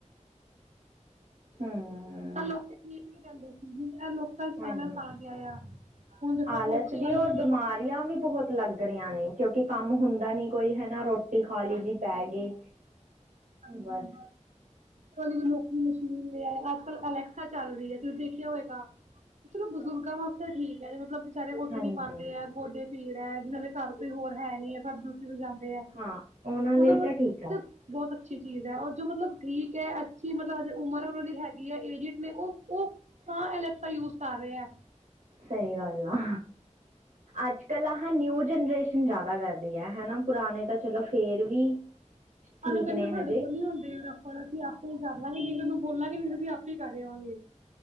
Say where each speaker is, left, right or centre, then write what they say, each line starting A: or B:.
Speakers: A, on the right (about 85°); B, on the right (about 65°).
A: ਹਮ
B: ਤਾਂ ਲੋਕੀ ਠੀਕ ਵੀ ਰਹਿੰਦੇ ਸੀ ਹੁਣ ਇਹ ਲੋਕਾਂ ਚ
A: ਹਾਂਜੀ
B: ਆਲਸ ਆ ਗਿਆ ਆ ਹੁਣ ਦੇਖੋ
A: ਆਲਸ
B: ਪੋਚੇ
A: ਵੀ
B: ਵਾਲੀ
A: ਔਰ ਬਿਮਾਰੀਆਂ ਵੀ ਬਹੁਤ ਲੱਗ ਰਹੀਆਂ ਨੇ ਕਿਉਂਕਿ ਕੰਮ ਹੁੰਦਾ ਨੀ ਕੋਈ ਹੈ ਨਾ ਰੋਟੀ ਖਾ ਲਈ
B: ਹਾਂਜੀ।
A: ਜੀ ਪੈ ਗਏ
B: ਹਾਂਜੀ।
A: ਬਸ
B: ਹਾਂਜੀ ਵੀ ਨੌਕਰੀ ਅੱਜ ਕੱਲ ਅਲੈਕਸਾ ਚੱਲ ਰਹੀ ਹੈ ਤੁਸੀਂ ਦੇਖਿਆ ਹੋਏਗਾ ਚਲੋ ਬਜ਼ੁਰਗਾਂ ਵਾਸਤੇ ਠੀਕ ਹੈ ਮਤਲਬ ਵਿਚਾਰੇ ਉੱਠ
A: ਹਾਂਜੀ
B: ਨਹੀਂ ਪਾਂਦੇ ਹੈ ਗੋਡੇ ਪੀੜ ਹੈ ਜਿਹਨਾਂ ਦੇ ਘਰ ਕੋਈ ਹੋਰ ਹੈ ਨੀ ਹੈ ਪਰ ਸ਼ਾਮ ਨੂੰ ਜਦੋਂ ਜਾਂਦੇ ਹੈ
A: ਹਾਂ ਉਹਨਾਂ ਲਈ
B: ਵਾਸਤੇ
A: ਤਾਂ ਠੀਕ ਆ
B: ਬਹੁਤ ਅੱਛੀ ਚੀਜ਼ ਹੈ ਉਹ ਜੋ ਮਤਲਬ ਠੀਕ ਹੈ ਅੱਛੀ ਮਤਲਬੇ ਉਮਰ ਉਹਨਾ ਦੀ ਹੈਗੀ ਹੈ ਏਡੀਅਟ ਨੇ ਉਹ <unintelligible> ਯੂਜ ਕਰ ਰਹੇ ਹੈ।
A: ਸਹੀ ਗੱਲ ਆ। ਅੱਜ ਕੱਲ ਆ ਹਾਂ ਨਿਊ ਜਨਰੇਸ਼ਨ ਜਿਆਦਾ ਵਧੀਆ ਹੈ ਨਾ ਪੁਰਾਣੇ ਤਾਂ ਚਲੋ ਫੇਰ ਵੀ ਠੀਕ
B: ਆਨੂੰ ਕਹਿੰਦੇ
A: ਨੇ
B: ਸਾਡੇ
A: ਹਜੇ
B: ਕੋਲ ਨੀ ਹੁੰਦੇ ਇਹ ਰੱਫੜ ਅਸੀਂ ਆਪੇ ਹੀ ਕਰ ਰਨਾ ਉਹਨੂੰ ਬੋਲਾਂਗੇ ਮੈਨੂੰ ਤੁਸੀਂ ਆਪੇ ਕਰ ਰਹੇਵਾਂਗੇ